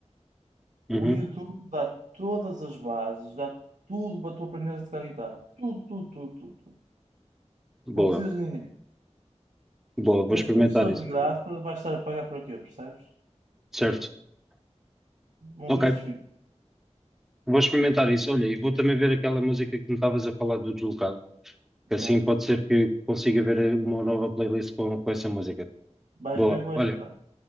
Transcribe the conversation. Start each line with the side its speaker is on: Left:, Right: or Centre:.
Centre: Uhum.
Right: O YouTube dá todas as bases, dá tudo para tu aprenderes a tocar guitarra. Tudo, tudo, tudo, tudo. tudo.
Centre: Boa,
Right: Não precisas de ninguém.
Centre: boa, vou
Right: Tens
Centre: experimentar
Right: professores
Centre: isso.
Right: de graça, vais estar a pagar para quê, percebes?
Centre: Certo.
Right: Não
Centre: Ok,
Right: justifico.
Centre: vou experimentar isso. Olha, e vou também ver aquela música que me estavas a falar do deslocado. Assim
Right: Yeah.
Centre: pode ser que consiga ver uma nova playlist com, com essa música.
Right: Vais
Centre: Boa,
Right: ver que vais
Centre: olha,
Right: gostar.